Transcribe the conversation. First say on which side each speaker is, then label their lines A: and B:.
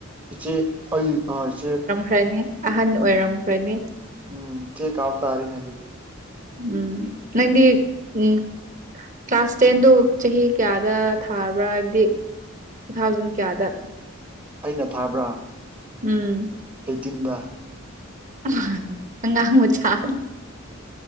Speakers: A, on the right; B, on the right.
A: ꯏꯆꯦ ꯑꯩ ꯑ ꯏꯆꯦ
B: ꯔꯅꯤ ꯑꯍꯟ ꯑꯣꯏꯔꯝꯈ꯭ꯔꯅꯤ
A: ꯎꯝ ꯊꯤꯀꯥꯎ ꯇꯥꯔꯤꯅꯦ ꯑꯗꯨꯗꯤ
B: ꯎꯝ ꯅꯪꯗꯤ ꯎꯝ ꯀ꯭ꯂꯥꯁ ꯇꯦꯟꯗꯨ ꯆꯍꯤ ꯀꯌꯥꯗ ꯊꯥꯔꯕ꯭ꯔꯥ ꯍꯥꯏꯕꯗꯤ ꯇꯨ ꯊꯥꯎꯖꯟ ꯀꯌꯥꯗ
A: ꯑꯩꯅ ꯊꯥꯕ꯭ꯔꯥ
B: ꯎꯝ
A: ꯑꯦꯇꯤꯟꯗ
B: ꯑꯉꯥꯡ ꯑꯉꯥꯡ ꯃꯆꯥ